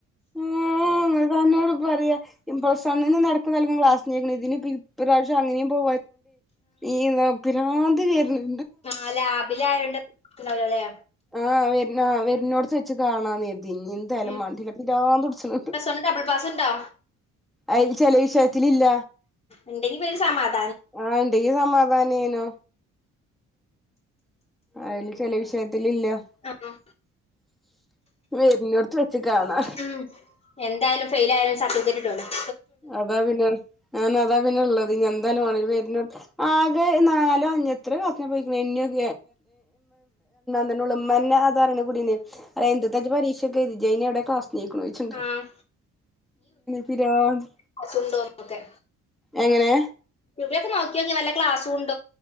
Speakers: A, in the centre; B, on the left.
A: ഹും! എന്നോട് പറയാ പ്ലസ് വണ്ണിൽന്ന് നടക്ക നൽകും ക്ലാസ്സിന് ഇതിന് ഇ ഇപ്രാവശ്യം അങ്ങനെയും പോ ഈ <unintelligible> ാതി വേരന <inaudible>
B: ആല്ലേ റാബില ആയോണ്ട്ല്ലേ
A: ആ ആ വരുന്നോട്ത്ത് വച്ച് കാണാന്നേ ന്ന എന്തായാലും
B: ഉം
A: മണ്ടിലട്ടി ര തുടിച്ചട്ടണ്ട്
B: പ്ലസ് വൺ ഡബിൾ പാസ് ഉണ്ടോ
A: അ <inaudible> ചില വിഷയത്തിലില്ല.
B: ഉണ്ടെങ്കിൽ വല്ല്യ സമാധാനം.
A: ആഹ! ഇണ്ടെങ്കി സമാ- വാനേനോ. അതില് ചിലം <inaudible>
B: ആഹ്
A: കാണാ
B: ഉം എന്തായാലും ഫെയിൽ ആയാലും സർട്ടിഫിക്കറ്റ് -
A: അതാ പിന്നെ ആ അതാ പിന്നെള്ളത് എന്തായാലും വേണ പേ നാലോ അഞ്ഞ എത്ര ക്ലാസിനെ പോയിണാം ത ഉമ്മന്നെ അതറ കുടീേ അ എന് പരീക്ഷയൊക്കെജനടെ ക്ലാസ് <unintelligible> നീക്കണോിച്ചുണ്ട്
B: ആഹ്
A: <inaudible>
B: ക്ലാസ്സുണ്ടോന്നൊക്കെ
A: എങ്ങനെ
B: എവിടെ നോക്കിയോക്കി വല്ല ക്ലാസും ഉണ്ട്